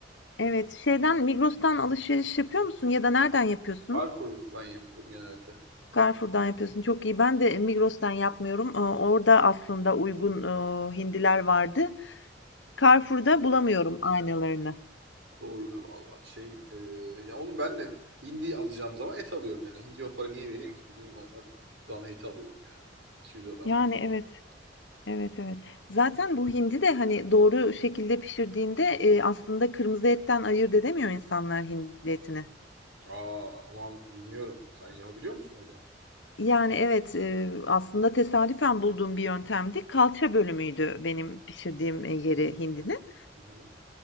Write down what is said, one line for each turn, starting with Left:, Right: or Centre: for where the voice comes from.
Left: Evet, şeyden Migros'tan alışveriş yapıyor musun ya da nereden yapıyorsun?
Right: Carrefour'dan yapıyorum genelde.
Left: Carrefour'dan yapıyorsun. Çok iyi. Ben de Migros'tan yapmıyorum. Ee, Orada aslında uygun e, hindiler vardı. Carrefour'da bulamıyorum aynalarını.
Right: Doğrudur valla. Şey e, ya onu ben de hindi alacağım zaman et alıyorum yani. Hindi o para niye vereyim ki? Gideyim normal dana eti alıyorum yani. 200'e daha
Left: Yani
Right: fazla.
Left: evet, evet, evet. Zaten bu hindi de hani doğru şekilde pişirdiğinde e, aslında kırmızı etten ayırt edemiyor insanlar hindi etini.
Right: Aa aman bilmiyorum. Sen yapabiliyor musun öyle?
Left: Yani evet, e, aslında tesadüfen bulduğum bir yöntemdi. Kalça bölümüydü benim pişirdiğim e, yeri hindinin.
Right: Hı hı.